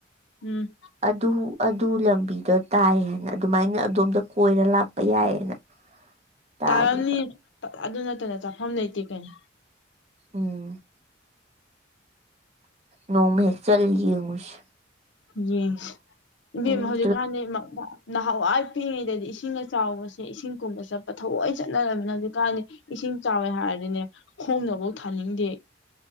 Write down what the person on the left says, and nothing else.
ꯎꯝ
ꯇꯥꯔꯝꯅꯤ ꯑꯗꯨ ꯅꯠꯇꯅ ꯆꯠꯐꯝ ꯂꯩꯇꯦ ꯀꯩꯅꯣ
ꯌꯦꯡꯁꯤ ꯏꯕꯦꯝꯃ
ꯍꯧꯖꯤꯛꯀꯥꯟꯗꯤ ꯅꯍꯥꯟꯋꯥꯏ ꯄꯤꯛꯏꯉꯩꯗꯗꯤ ꯏꯁꯤꯡꯒ ꯆꯥꯎꯕꯁꯦ ꯏꯁꯤꯡꯀꯨꯝꯕ ꯆꯠꯄ ꯊꯑꯣꯏ ꯆꯠꯅꯔꯝꯃꯤ ꯍꯧꯖꯤꯛꯀꯥꯟꯗꯤ ꯏꯁꯤꯡ ꯆꯥꯎꯋꯦ ꯍꯥꯏꯔꯗꯤꯅꯦ ꯈꯣꯡꯅꯕꯛ ꯊꯥꯅꯤꯡꯗꯦ ꯑꯩ